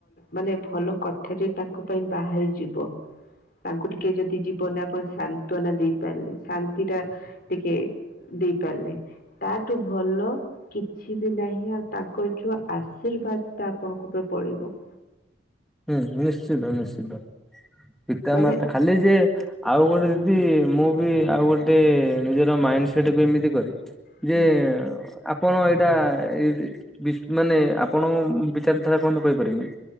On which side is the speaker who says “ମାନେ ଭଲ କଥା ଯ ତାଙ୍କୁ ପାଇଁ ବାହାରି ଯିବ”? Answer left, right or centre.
Left